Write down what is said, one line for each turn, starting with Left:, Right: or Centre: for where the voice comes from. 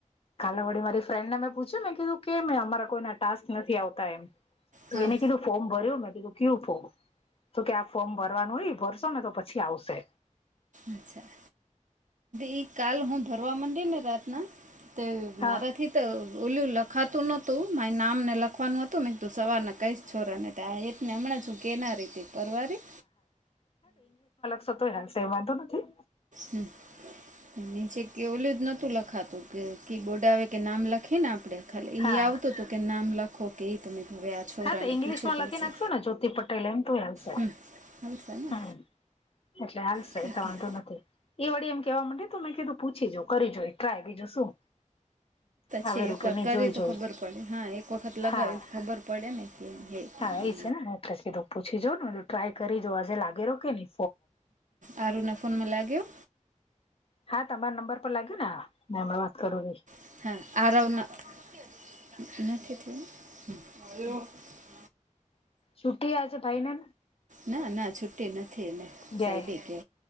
Left: કાલે વળડી મારી ફ્રેન્ડને મેં પૂછ્યું મેને કીધું કેમ અમારા કોઈના ટાસ્ક નથી આવતા એમ. તો
Right: હા
Left: એને કીધું ફોર્મ ભર્યું મેં કીધું કયું ફોર્મ, તો કે આ ફોર્મ ભરવાનું હોય ભરશો ને તો પછી આવશે.
Right: અચ્છા, ઈ કાલ હું ભરવા માંડી ને રાતના. મારાથી
Left: હા
Right: તો ઓોલું લખાતું નોતું મા નામ ને લખવાનું હતું મેં તું સવારના કંઈ છોરાને. ને હમણાં છું કેના રીતે પરવારી.
Left: સતો હયાાલ છે એ વાંધ નથી.
Right: હમ નીચે કેવલું જ નતું લખાતું. જે કીબોર્ડ આવે કે નામ લખી ને આપણે ખાલી
Left: હા
Right: એ આવતો હતો કે નામ લખો કે એ તમે હવે છોરાને
Left: હા તો ઈંગ્લિશ
Right: પૂછવું
Left: માં
Right: પડશે
Left: લખી નાખશોને જ્યોતિ પટેલ એમ તો આવશે.
Right: હમ હાલશેને
Left: હમ, એટલે હાલશે
Right: ઠીક
Left: એ તો વાંધો નથી. એ વળી એમ કેવા માં તો મેં કીધું પૂછી જા કરી જોો એ ટ્રાય બીજો શું. આવેરું
Right: છે એક
Left: કે
Right: વાર
Left: નહી
Right: કર
Left: જોઈ
Right: તો
Left: જોઈ
Right: ખબર પડે હા એક વખત લગાવી
Left: હા.
Right: તો ખબર પડે ને. જ <unintelligible>
Left: હા એ છે ને એટલે સીધું પૂછી જો ને બધું ટ્રાય કરીજો આજે લાગે રોકે ને.
Right: આરું નફોનમાં લાગ્યો?
Left: હા તમારા નંબર પર લાગ્યો ને, હમણાં વાત કરું રઈ.
Right: હ ના એ ખત <unintelligible>
Left: છુટ્ટી આ છે ભાઈ ને?
Right: ના ના છુ તેના થ મે
Left: ગયા
Right: સાઈડેકે